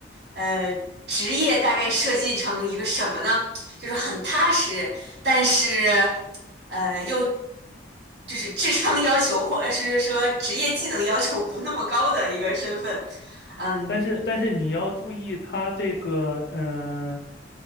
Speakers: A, on the right (about 65°); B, on the left (about 60°).
A: 呃，职业大概设计成一个什么呢？就是很踏实，但是，呃，又就是智商要求或者是说职业技能要求不那么高的一个身份。嗯
B: 但是但是你要注意，他这个嗯、呃